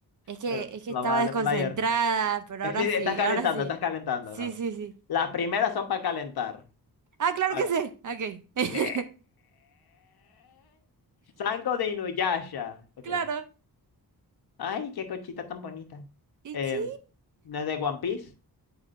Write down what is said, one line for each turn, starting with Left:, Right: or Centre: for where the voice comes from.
Right: Es que,
Left: Eh,
Right: es que
Left: Vamos
Right: estaba
Left: a darle
Right: desconcentrada,
Left: player.
Right: pero
Left: Eh,
Right: ahora
Left: sí, sí,
Right: sí,
Left: estás calentando,
Right: ahora sí.
Left: estás calentando.
Right: Sí,
Left: No, no.
Right: sí, sí.
Left: Las primeras son para calentar.
Right: Ah, claro
Left: Bueno.
Right: que sí. Ok. <laughs>
Left: ¿Qué? Sango de Inuyasha. Ok.
Right: Claro.
Left: Ay, qué cochita tan bonita.
Right: Y
Left: Em,
Right: sí.
Left: ¿no es de One Piece?